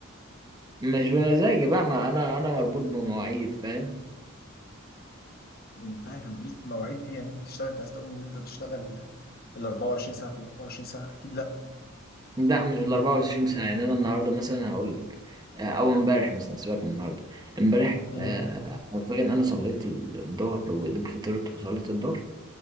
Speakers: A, on the right (about 20°); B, on the left (about 45°).
A: مش بمزاجي بقى ما انا انا مربوط بمواعيد فاهم
B: انا فاهم لا، مواعيد ايه يعني انت بتشتغل انت عايز تقول ان انت بتشتغل ال 24 ساعه في ال 24 ساعه اكيد لا
A: لا مش ال 24 ساعه يعني انا النهارده مثلا هقول لك آه، او امبارح مثلا سيبك من النهارده امبارح
B: امم
A: آه، حرفيا انا صليت الظهر وجبت فطرت وصليت الظهر